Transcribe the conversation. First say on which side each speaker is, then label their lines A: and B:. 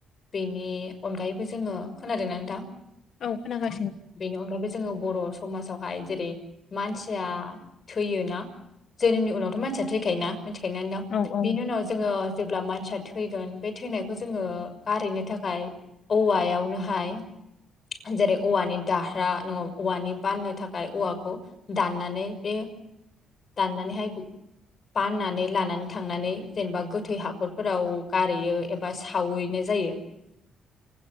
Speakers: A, on the left; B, on the left.
A: बेनि अनगायैबो जोङो गोबां खोनादोंना नोंथां
B: औ खोनादों
A: बेनि अनगायैबो जोङो बर समाजावहाय जेरै मानसिया थैयोना जोनोमनि उनावथ मानसिया थैखायोना मिथिखायोना दा
B: औ औ
A: बिनि उनाव जोङो जेब्ला मानसिया थैगोन बे थैनायखौ जोङो गारहैनो थाखाय औवायावनोहाय
B: <inaudible>
A: जेरै औवानि दाह्रा नङाब्ला औवानि बाननो थाखाय औवाखौ दाननानै बे दाननानैहाय बाननानै लानानै थांनानै जेनेबा गोथै हाखरफोराव गारहैयो एबा सावैनाय जायो